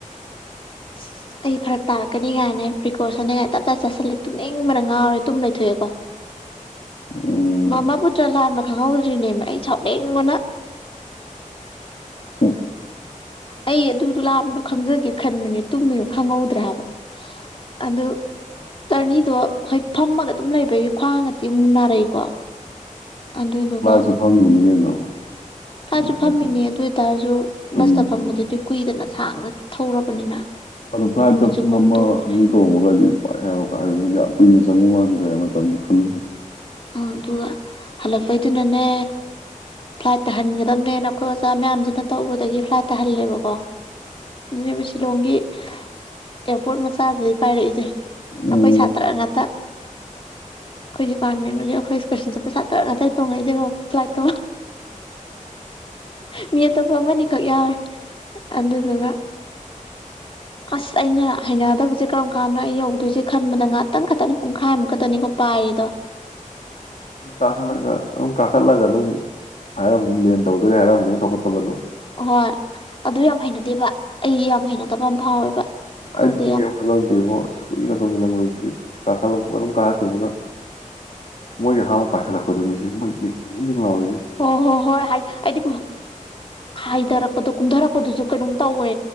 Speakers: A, on the left; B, on the left.
A: ꯑꯁ ꯑꯩ ꯐꯔꯛ ꯇꯥꯔꯛꯀꯅꯤ ꯀꯥꯏꯅꯦ ꯄ꯭ꯔꯤꯀꯣꯁꯟꯅꯉꯥꯏ ꯇꯞ ꯆꯥꯏ ꯆꯥꯁꯤꯜꯂꯦ ꯇꯨꯅꯤꯡꯕꯅ ꯉꯥꯎꯔꯦ ꯇꯨꯝ ꯂꯩꯊꯣꯛꯑꯦꯀꯣ
B: ꯎꯝ
A: ꯃꯕꯃꯥ ꯄꯨꯇ꯭ꯔ ꯂꯥꯟꯕ ꯈꯪꯍꯧꯗ꯭ꯔꯤꯅꯦꯕ ꯑꯩ ꯁꯥꯎꯂꯦꯡꯕꯅ
B: ꯍꯝ
A: ꯑꯩ ꯑꯗꯨꯗ ꯂꯥꯛꯝꯕꯗꯣ ꯈꯪꯖꯒꯦ ꯈꯟꯕꯅꯦ ꯇꯨꯝꯃꯤꯅ ꯈꯪꯍꯧꯗ꯭ꯔꯦ ꯍꯥꯏꯕ ꯑꯗꯨ ꯆꯔꯅꯤꯗꯣ ꯍꯈꯣꯏ ꯐꯝꯃꯒ ꯑꯗꯨꯝ ꯂꯩꯕꯒꯤ ꯈ꯭ꯋꯥꯡ ꯉꯇꯤ ꯑꯃꯨꯛ ꯅꯥꯔꯛꯏꯀꯣ ꯑꯗꯨꯗꯨꯒ
B: ꯐ꯭ꯂꯥꯏꯠꯁꯨ ꯐꯪꯗꯣꯏꯅꯤ ꯀꯩꯅꯣ
A: ꯇꯥꯁꯨ
B: ꯅꯪ ꯐ꯭ꯂꯥꯏꯠꯁꯦ
A: ꯐꯝꯃꯤꯅꯦ ꯑꯗꯨ ꯑꯣꯏꯇꯥꯔꯁꯨ
B: ꯇꯨꯝꯕ꯭ꯔꯣ
A: ꯕꯁꯇ ꯐꯝꯕꯗꯨꯗꯤ ꯀꯨꯏꯗꯅ ꯁꯥꯡꯅ ꯊꯧꯔꯕꯅꯤꯅ
B: ꯑꯗꯣ ꯐ꯭ꯂꯥꯏꯠꯇ
A: ꯅꯨꯃꯤꯠ ꯆꯨꯞꯄ
B: ꯄꯨꯡ ꯑꯃ
A: ꯇꯣꯡꯉꯤꯅꯦ
B: ꯑꯅꯤ ꯇꯣꯡꯃꯒꯗꯤ ꯋꯥꯏ ꯍꯥꯏꯕ ꯀꯥꯟꯗ ꯌꯥꯝ ꯀꯨꯏꯅ ꯆꯪꯕ ꯃꯜꯗ ꯃ ꯇꯝꯅ ꯈꯜꯂꯨ
A: ꯑ ꯑꯗꯨꯒ ꯍꯜꯂꯛꯄꯩꯗꯨꯅꯅꯦ ꯐ꯭ꯂꯥꯏꯠ ꯇꯥꯍꯟꯒꯗꯕꯅꯦꯅ ꯑꯩꯈꯣꯏ ꯑꯣꯖꯥ ꯃꯌꯥꯝꯁꯤꯅ ꯇꯧꯕꯗꯒꯤ ꯐ꯭ꯂꯥꯏꯠ ꯇꯥꯍꯜꯂꯦꯕꯀꯣ ꯑꯗꯨꯅꯦꯕ ꯁꯤꯂꯣꯡꯒꯤ ꯑꯦꯌꯥꯔꯄꯣꯔꯠ ꯃꯆꯥꯗꯤ ꯄꯥꯏꯔꯛꯏꯁꯦ
B: ꯎꯝ
A: ꯑꯩꯈꯣꯏ ꯁꯥꯇ꯭ꯔ ꯉꯥꯛꯇ ꯑꯩꯈꯣꯏꯖꯤ ꯄꯄꯥꯥꯔꯃꯦꯟꯗꯨꯒꯤ ꯑꯩꯈꯣꯏ ꯏꯁꯀꯔꯁꯟꯁꯦ ꯄꯩꯁꯥ ꯇꯔꯛ ꯉꯇꯇꯩ ꯇꯣꯡꯉꯛꯏꯁꯦꯀꯣ ꯐ꯭ꯂꯥꯏꯠꯇꯣ ꯃꯤ ꯑꯇꯣꯞꯄ ꯑꯃꯅꯤꯈꯛ ꯌꯥꯎꯋꯦ ꯑꯗꯨꯗꯨꯒ ꯑꯁ ꯑꯩꯅ ꯍꯩꯅꯗꯕꯁꯦ ꯀꯔꯝ ꯀꯥꯟꯗꯣ ꯑꯩ ꯌꯧꯗꯣꯏꯁꯦ ꯈꯟꯕꯗ ꯉꯥꯛꯇꯪ ꯈꯛꯇꯅꯤ ꯄꯨꯡꯈꯥꯏꯃꯨꯛ ꯈꯛꯇꯅꯤꯀꯣ ꯄꯔꯗ
B: ꯑꯗꯨꯝ ꯀꯥꯈꯠꯂꯒ ꯑꯗꯨꯝ ꯀꯥꯈꯠꯂꯒ ꯑꯗꯨꯝ ꯍꯥꯏꯔꯝꯝꯕꯅꯤ ꯂꯦꯟ ꯇꯧꯗꯣꯏꯔ ꯍꯥꯏꯔꯝꯕꯅꯤꯅ ꯊꯀꯠꯄꯒ ꯑꯗꯨꯝ
A: ꯍꯣꯏ ꯑꯗꯨ ꯌꯥꯝ ꯍꯩꯅꯗꯦꯕ ꯑꯩ ꯌꯥꯝ ꯍꯩꯅꯗꯕ ꯑꯃ ꯐꯥꯎꯋꯦꯕ ꯈꯪꯗꯦ
B: ꯑꯗꯤ
A: ꯌꯥꯝ
B: ꯀꯦ ꯈꯜꯂꯂꯝꯃꯣ ꯄꯒ ꯇꯧꯁꯤꯜꯂꯛꯄꯁꯤꯗꯤ ꯀꯥꯈꯠꯂꯛꯄ ꯑꯗꯨꯝ ꯀꯥꯔꯛꯈꯤꯕꯒ ꯃꯣꯏꯒꯤ ꯑꯍꯥꯟꯕ ꯄꯥꯏꯈꯠꯂꯛꯄꯗꯨꯅꯤ ꯁꯤꯦ ꯃꯣꯏ ꯖꯤꯡ ꯖꯤꯡ ꯂꯥꯎꯏ
A: ꯍꯣ ꯍꯣ ꯍꯣꯏ ꯍꯥꯏ ꯑꯩꯗꯤ ꯍꯥꯏꯊꯔꯛꯄꯗꯣ ꯀꯨꯝꯊꯔꯛꯄꯗꯨꯁꯨ ꯀꯩꯅꯣꯝ ꯇꯧꯋꯦ